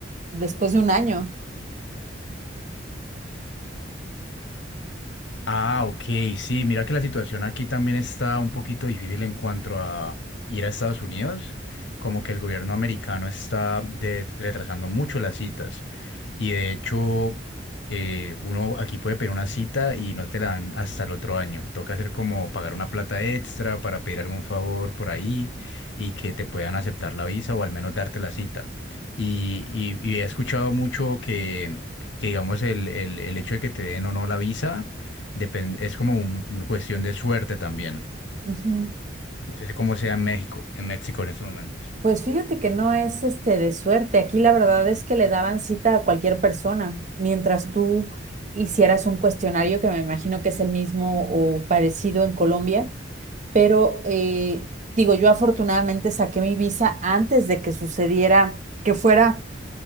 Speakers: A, on the right; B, on the left.
A: después de un año.
B: Ah, ok, sí, mira que la situación aquí también está un poquito difícil en cuanto a ir a Estados Unidos, como que el gobierno americano está de- retrasando mucho las citas y de hecho eh, uno aquí puede pedir una cita y no te la dan hasta el otro año, toca hacer como pagar una plata extra para pedir algún favor por ahí y que te puedan aceptar la visa o al menos darte la cita. Y, y- y he escuchado mucho que, que digamos el el- el hecho de que te den o no la visa, Depen- es como un- una cuestión de suerte también.
A: Ujú.
B: No sé si cómo sea en México, en México en estos momentos.
A: Pues fíjate que no es este de suerte. Aquí la verdad es que le daban cita a cualquier persona, mientras tú hicieras un cuestionario que me imagino que es el mismo o parecido en Colombia, pero eh, digo, yo afortunadamente saqué mi visa antes de que sucediera, que fuera